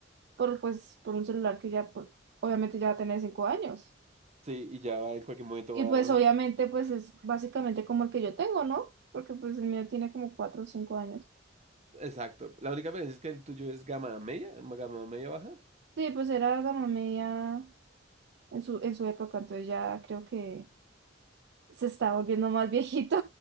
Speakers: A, on the right; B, on the right.
A: por pues, por un celular que ya pues, obviamente ya va a tener cinco años.
B: Sí, y ya va en cualquier momento
A: Y
B: va.
A: pues obviamente pues es básicamente como el que yo tengo, ¿no? Porque pues el mío tiene como cuatro o cinco años.
B: Exacto. La única diferencia es que el tuyo es gama media, gama media baja.
A: Sí, pues era gama media en su, en su época, entonces ya creo que se está volviendo más viejito.